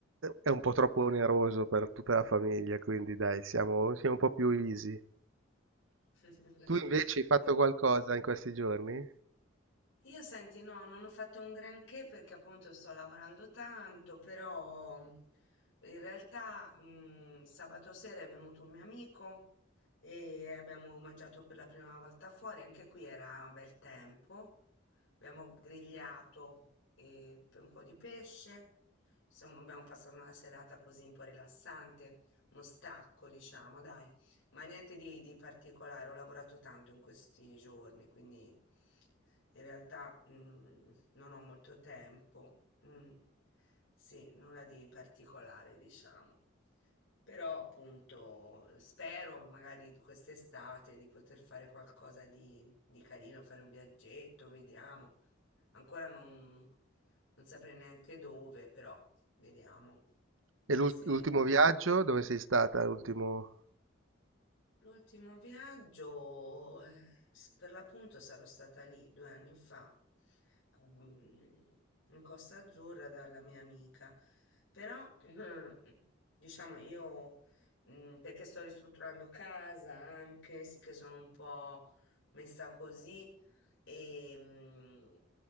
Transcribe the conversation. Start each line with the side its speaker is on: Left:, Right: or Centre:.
Right: è un po' troppo oneroso per tutta la famiglia, quindi dai, siamo, siamo un po' più easy.
Left: <laughs> Ok.
Right: Tu invece hai fatto qualcosa in questi giorni?
Left: Io senti, no, non ho fatto un granché perché appunto sto lavorando tanto, però mh, in realtà mh, sabato sera è venuto un mio amico e abbiamo mangiato per la prima volta fuori, anche qui era bel tempo, abbiamo grigliato eh, pe- un po' di pesce, insomma abbiamo passato una serata così un po' rilassante, uno stacco diciamo, dai. Ma niente di, di particolare, ho lavorato tanto in questi giorni, quindi in realtà mm, non ho molto tempo. Mm, sì, nulla di particolare, diciamo. Però appunto spero magari quest'estate di poter fare qualcosa di, di carino, fare un viaggetto, vediamo. Ancora non, non saprei neanche dove, però vediamo.
Right: E l'ult-
Left: Sì.
Right: l'ultimo viaggio? Dove sei stata? L'ultimo...
Left: L'ultimo viaggio, eh, s- per l'appunto sarò stata lì due anni fa, ehm, in Costa Azzurra dalla mia amica, però <clears throat> diciamo io, mm, perché sto ristrutturando casa anche, sì che sono un po' messa così e, mm,